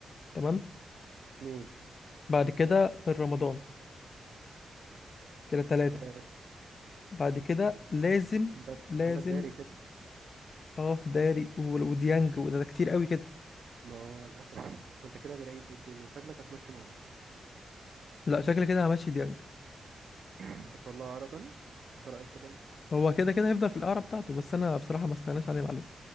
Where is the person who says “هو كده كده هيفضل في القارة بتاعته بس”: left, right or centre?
Left